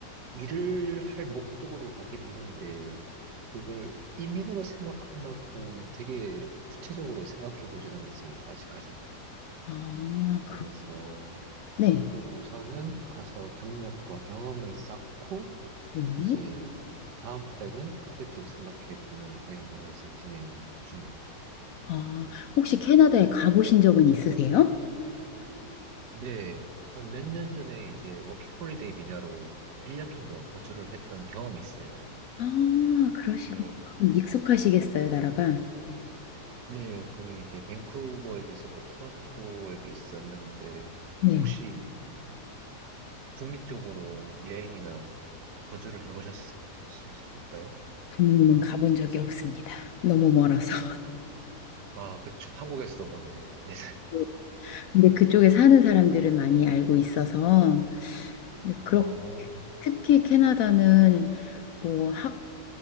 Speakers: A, on the right; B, on the left.
A: 일을 할 목적으로 가긴 하는데 그걸 이민으로 생각할 만큼 되게 구체적으로 생각해 보진 않았어요. 아직까지는.
B: 아,
A: 그래서
B: 그, 네.
A: 네, 우선은 가서 경력과 경험을 쌓고
B: 네.
A: 이제 다음 플랜은 그때 또 생각해 보는 방향으로 해서 진행 중입니다.
B: 아, 혹시 캐나다에 가보신 적은 있으세요?
A: 네. 한 몇 년 전에 이제 워킹홀리데이 비자로 1년 정도 거주를 했던 경험이 있어요.
B: 아, 그러시구나.
A: 네,
B: 익숙하시겠어요, 나라가?
A: 네, 거의 이제 밴쿠버에도 있었고 토론토에도 있었는데
B: 네.
A: 혹시 북미 쪽으로 여행이나 거주를 해보셨을까요?
B: 국내는 가본 적이 없습니다. 너무 멀어서.
A: 아, 그쵸. 한국에서도 봤는데. 네.
B: <laughs> 근데 그쪽에 사는 사람들은 많이 알고 있어서 근데 그렇게
A: 아,
B: 특히 캐나다는 뭐 학,